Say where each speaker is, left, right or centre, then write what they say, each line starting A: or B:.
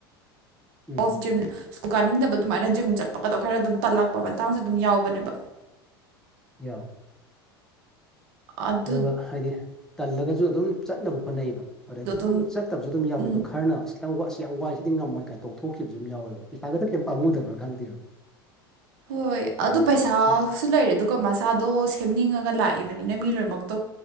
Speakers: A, in the centre; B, on the right.
A: ꯎꯝ
B: ꯑꯣꯐ ꯖꯤꯝ ꯁꯀꯨꯜ ꯀꯅꯤꯡꯗꯕ ꯑꯗꯨꯃꯥꯏꯅ ꯖꯤꯝ ꯆꯠꯄꯒꯗꯣ ꯈꯔ ꯑꯗꯨꯝ ꯇꯜꯂꯛꯄ ꯃꯇꯥꯡꯁꯨ ꯑꯗꯨꯝ ꯌꯥꯎꯕꯅꯦꯕ꯫
A: ꯌꯥꯎꯏ꯫
B: ꯑꯗꯨꯗꯣ
A: ꯑꯗꯨꯒ ꯍꯥꯏꯗꯤ ꯇꯜꯂꯒꯁꯨ ꯑꯗꯨꯝ ꯆꯠꯅꯕ ꯍꯣꯠꯅꯩꯑꯦꯕ꯫ ꯑꯗꯩ
B: ꯑꯗꯨꯝ
A: ꯁꯨꯝ ꯆꯠꯇꯕꯁꯨ ꯑꯗꯨꯝ ꯌꯥꯎꯋꯦ
B: ꯎꯝ
A: ꯑꯗꯣ ꯈꯔꯅ꯫ ꯇꯃꯒꯣ ꯑꯁ ꯌꯥꯝ ꯋꯥꯏ ꯁꯤꯗꯤ ꯉꯝꯃꯣꯏ ꯀꯥꯏ ꯇꯣꯛꯊꯣꯛꯈꯤꯕꯁꯨ ꯌꯥꯎꯋꯦꯕ ꯄꯩꯁꯥꯗ ꯀꯩꯝ ꯄꯥꯃꯨꯗꯕ꯭ꯔ ꯈꯪꯗꯦꯕ꯫
B: ꯍꯣꯏ ꯑꯗꯨ
A: ꯑ
B: ꯄꯩꯁꯥꯁꯨ
A: ꯊꯥ
B: ꯂꯩꯔꯦ ꯑꯗꯨ꯫ ꯀꯃꯁꯥꯗꯣ ꯁꯦꯝꯅꯤꯡꯉꯒ ꯂꯥꯛꯏꯕꯅꯤꯅ ꯃꯤ ꯂꯣꯏꯅꯃꯛꯇꯣ